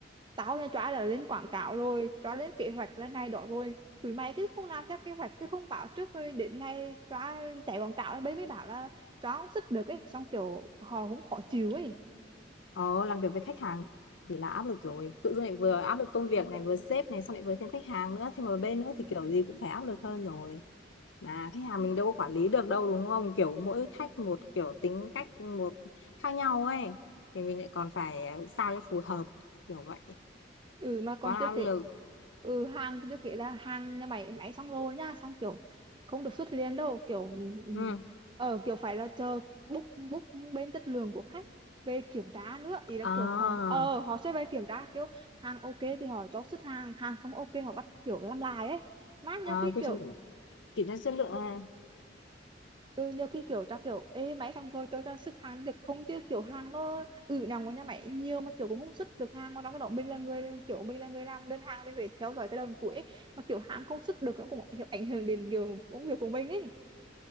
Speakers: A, on the right; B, on the left.
A: tao nha chóa đã lên quảng cáo rồi chóa lên kế hoạch lên này đó rồi tụi mày cứ không làm theo kế hoạch cứ không bảo trước rồi đến ngày chóa chạy quảng cáo đấy mới bảo là chóa không sức được ấy xong kiểu họ cũng khó chịu ấy
B: Ồ, làm việc với khách hàng thì là áp lực rồi. Tự dưng lại vừa áp lực công việc này, vừa sếp này, xong lại vừa thêm khách hàng nữa, thêm một bên nữa thì kiểu gì cũng phải áp lực hơn rồi. Mà khách hàng mình đâu có quản lý được đâu đúng không? Kiểu mỗi khách một kiểu tính cách một khác nhau ấy. Thì mình lại còn phải sao cho phù hợp kiểu vậy.
A: ừ mà còn
B: Quá là
A: chưa
B: áp lực.
A: kể ừ hàng chưa kể là hàng nhà máy máy xong rồi nhá xong kiểu không được xuất liền đâu kiểu ừ, ừ,
B: Ừ.
A: ừ. ờ kiểu phải là chờ book book bên chất lượng của khách về kiểm tra nữa ý là
B: À,
A: kiểu họ ờ họ sẽ về kiểm tra kiểu hàng ok thì họ cho xuất hàng hàng không ok họ bắt kiểu làm lại ấy mát
B: à,
A: nhá cái
B: quy
A: kiểu
B: trình kiểm tra chất lượng. à.
A: ừ, nhiều khi kiểu ta kiểu ê máy xong rồi tôi cho xuất hàng được không chứ kiểu hàng nó ừ nằm của nhà máy nhiều mà kiểu cũng không xuất được hàng mà trong cái đó mình là người kiểu mình là người làm đơn hàng mình phải theo dõi cái đầu cuối ấy. mà kiểu hàng không xuất được nó cũng kiểu ảnh hưởng đến kiểu công việc của mình ấy